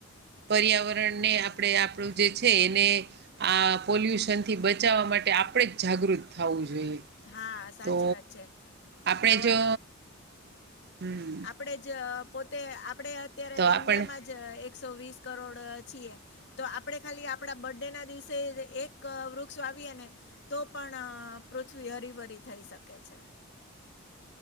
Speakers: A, on the right; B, on the left.
A: પર્યાવરણને આપણે આપણું જે છે એને આ પોલ્યુશન થી બચાવવા માટે આપણે જ જાગૃત થવું જોઈએ
B: હા સાચી
A: તો
B: વાત છે
A: આપણેે
B: નવાના
A: જો હમ્મ
B: આપણે જ પોતે આપણેે અત્યારે
A: તો
B: ઈન્ડિયામાં
A: આપણે
B: જ એકસો વીસ કરોડ છીએ તો આપણે ખાલી આપણા બર્થ ડે ના દિવસે એક વૃક્ષ વાવીએે ને તો પણ પૃથ્વી હરીભરી થઈ શકે છે